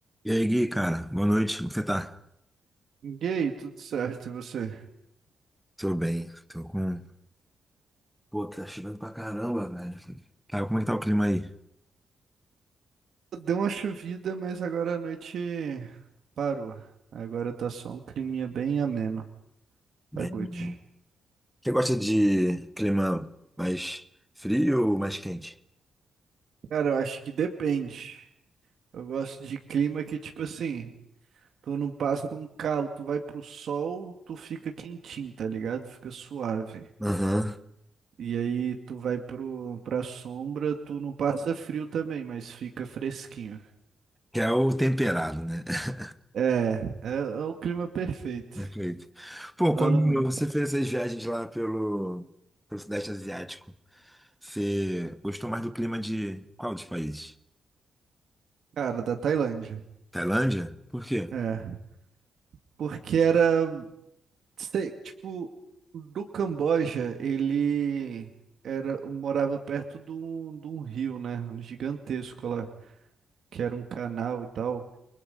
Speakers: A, in the centre; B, on the right.
A: E aí, Gui, cara, boa noite, como você tá?
B: Gay, tudo certo, e você?
A: Tô bem, tô com. Pô, tá chovendo pra caramba, velho. Tá, como é que tá o clima aí?
B: Deu uma chovida, mas agora a noite parou. Agora tá só um climinha bem ameno.
A: Bem.
B: Tá good.
A: Você gosta de clima mais frio ou mais quente?
B: Cara, eu acho que depende. Eu gosto de clima que, tipo assim, tu não passa um calo, tu vai pro sol, tu fica quentinho, tá ligado? Fica suave.
A: Aham.
B: E aí tu vai pro, pra sombra, tu não passa frio também, mas fica fresquinho.
A: Que é o temperado, né? <laughs>
B: É, é, é o clima perfeito.
A: Perfeito. Pô,
B: Fala
A: quando
B: muito.
A: você fez essas viagens lá pelo, pelo Sudeste Asiático, você gostou mais do clima de qual dos países?
B: Cara, da Tailândia.
A: Tailândia? Por quê?
B: É. Porque era, sei, tipo, do Camboja, ele era, morava perto de um, de um rio, né? Gigantesco lá, que era um canal e tal,